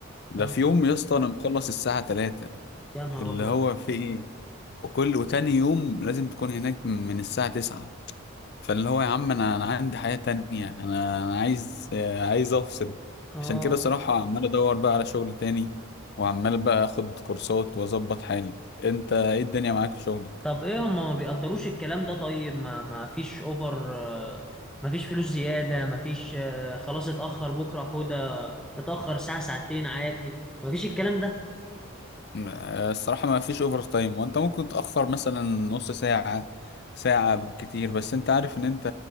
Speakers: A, on the left (about 50°); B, in the centre.
A: ده
B: يا نهار
A: في يوم يا اسطى أنا مخلص الساعة تلاتة
B: يا نهار
A: اللي
B: ابيض
A: هو في إيه وكل وتاني يوم لازم تكون هناك من الساعة تسعة فاللي هو يا عم انا انا عندي حياة تانية انا أنا عايز آه، عايز افصل
B: اه
A: عشان كده صراحة عمال ادور بقى على شغل تاني وعمال بقى اخد كورسات واظبط حالي انت ايه الدنيا معاك في شغلك
B: طب ايه هم ما بيقدروش الكلام ده طيب ما ما فيش اوفر آه، ما فيش فلوس زياده ما فيش آه، خلاص اتاخر بكره حوده اتاخر ساعه ساعتين عادي ما فيش الكلام ده
A: م- آه، الصراحة ما فيش اوفر تايم وانت ممكن تأخر مثلا نص ساعة ساعة بالكتير بس انت عارف ان انت